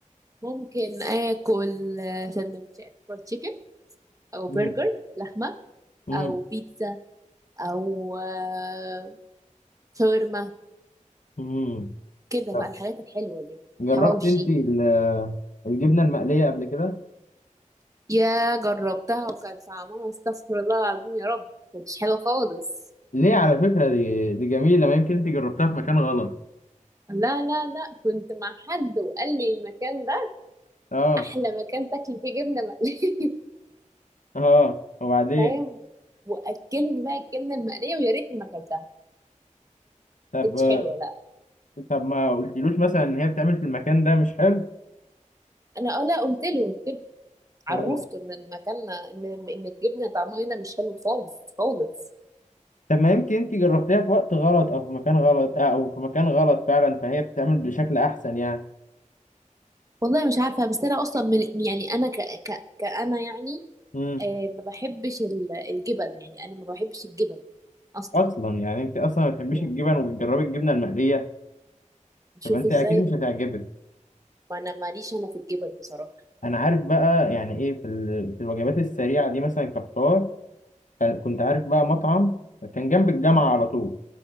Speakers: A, on the right (about 25°); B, on the left (about 70°).
A: ممكن آكل آه، سندوتشات فرايد تشيكن أو
B: مم.
A: برجر لحمة
B: مم.
A: أو بيتزا أو آه، شاورما
B: مم.
A: كده
B: طب
A: بقى الحاجات الحلوة دي
B: جربت
A: حواوشي
B: انت ال- الجبنه المقليه قبل كده
A: يا جربتها وكان طعمها استغفر الله العظيم يا رب كانتش حلوة خالص
B: ليه على فكره دي دي جميله ما يمكن انت جربتها في مكان غلط
A: لا لا لا كنت مع حد وقال لي المكان ده
B: اه
A: احلى مكان تاكلي فيه جبنة مقلية <laughs>
B: اه وبعدين
A: فاهم واكلني بقى الجبنة المقلية ويا ريتني ما اكلتها
B: طب
A: كانتش حلوة لا
B: طب ما قلتلوش مثلا ان هي بتعمل في المكان ده مش حلو
A: انا اه لا قلت له قلت له عرفته
B: فهو-
A: ان المكان ان ان الجبنة طعمها هنا مش حلو خالص خالص
B: طب ما يمكن انت جربتيها في وقت غلط او في مكان غلط آه، او في مكان غلط فعلا فهي بتعمل بشكل احسن يعني
A: والله مش عارفة بس انا اصلا من يعني انا ك ك كأنا يعني
B: امم
A: آه ما بحبش ال- الجبن يعني انا ما بحبش الجبن اصلا
B: اصلا يعني انت اصلا ما بتحبيش
A: يعني
B: الجبن وبتجربي الجبنه المقليه
A: شوف
B: طب انت
A: ازاي
B: اكيد مش هتعجبك
A: ما انا ماليش انا في الجبن بصراحة
B: انا عارف بقى يعني ايه في ال- في الوجبات السريعه دي مثلا كفطار كان- كنت عارف بقى مطعم كان جنب الجامعه
A: مم.
B: على طول